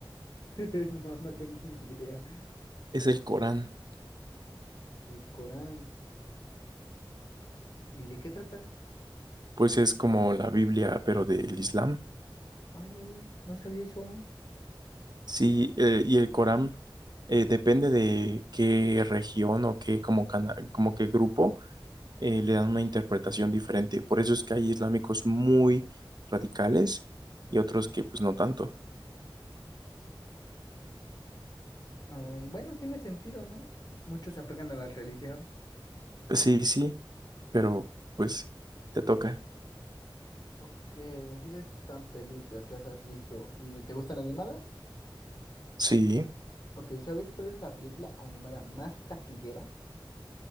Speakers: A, on the left; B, on the right.
A: <laughs> No, no tengo ni idea.
B: <laughs> Es el Corán.
A: El Corán. ¿Y de qué trata?
B: Pues es como la Biblia, pero del Islam.
A: Órale, no sabía eso.
B: Sí, eh, y el Corán eh, depende de qué región o qué, como, cana- como qué grupo, eh, le dan una interpretación diferente. Por eso es que hay islámicos muy radicales y otros que pues no tanto.
A: Am, bueno, tiene sentido, ¿no? Muchos se apegan a la religión.
B: Sí, sí, pero pues te toca.
A: Ok, me dijiste que están películas, si las has visto. ¿Y te gustan animadas?
B: Sí.
A: Ok, ¿sabes cuál es la película animada más taquillera?